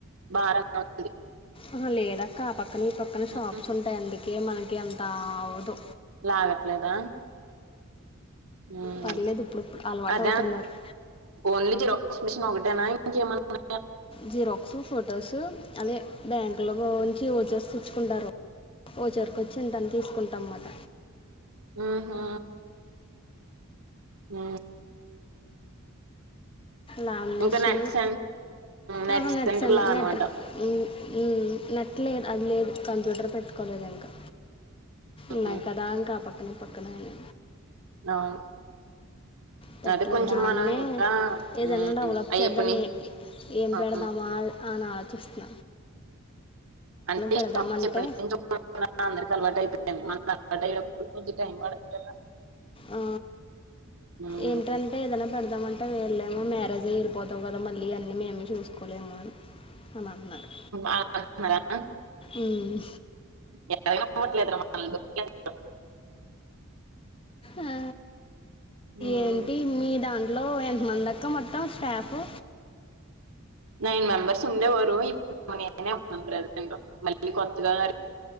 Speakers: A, on the right; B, on the left.
A: భారం తగ్గుతుంది
B: ఆహ లేదక్క ఆ పక్కన ఈ పక్కన షాప్స్
A: ఉమ్
B: ఉంటాయి అందుకే మనకి కే అంత అవ్వదు
A: లాగట్లేదా ఉమ్
B: పర్లేదు ఇప్పుడిప్పుడు అలవాటు
A: అదా
B: అవుతున్నారు
A: ఓన్లీ జిరాక్స్ మెషీన్ ఒకటేనా ఇంక ఏమన్నా ఉన్నా
B: జిరాక్స్ ఫోట్ ఫొటోస్ అదే బ్యాంకు లోంచి వోచర్స్ తేచ్చుకుంటారు ఓచర్ కొచ్చి ఇంతన్ని తీసుకుంటాన్నమాట
A: ఉహు ఉ
B: లామినేషను
A: ఇంకా నెట్స్ నెట్స్
B: ఆహా, నట్స్
A: సెంటర్లా
B: అన్-
A: అనమాట
B: నట్ ఉమ్, ఉమ్ నెట్లేదు అది లేదు కంప్యూటర్ పెట్టుకోలేదు ఇంకా న్నాయి
A: మ్మ్
B: కదా ఇంకా పక్కన పక్కనే అని
A: అవును
B: పెట్టలేదు
A: అదే కొంచెం
B: దాన్నే
A: మనం ఇంకా
B: ఏదన్నా
A: మ్మ్
B: డెవలప్
A: అయ్యప్పని
B: చేద్దని ఏం
A: అవును
B: పెడదామా అని ఆ చిస్త్న
A: అంటే
B: పెడదామంటే
A: <inaudible> అందరికి అలవాటు అయిపోయింది మన <inaudible> కొద్దిగా టైం పడతది కదా
B: ఆ
A: మ్మ్
B: ఏంటంటే ఏదనా పెడదామంటే విళ్ళేమో మే వెళ్ళిపోతావు కదా మళ్ళీ అన్ని మేమే చూసుకోలేము అని అని అంటున్నారు
A: అలా అంటున్నారా
B: ఉమ్
A: <inaudible>
B: ఆ
A: మ్మ్
B: ఏంటి మీద అం హలో ఎంతమంది అక్క మొత్తం స్టాఫు
A: నైన్ మెంబర్స్ ఉండేవారు ఇప్పు నీ నైనే ఉన్నాం ప్రెసెంట్ మళ్ళీ కొత్తగా <inaudible>